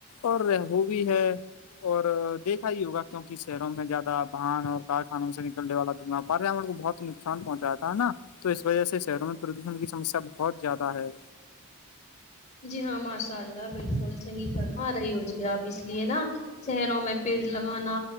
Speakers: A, on the left; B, on the left.
A: اور وہ بھی ہے اور دیکھا ہی ہوگا کیوںک شہروں میں زیادہ باہن اور کارخانوں سے نکلنے والا د پریاورن کو بہت نقصان پہنچا تھا ہے نا تو اس وجہ سے شہروں میں پردوشن کی سسیا بہت زیادہ ہے
B: جی ہاں ماشاء اللہ بالکل صحیح فرما رہی ہو جی آپ اس لیے نا شہروں میں پیڑ لگانا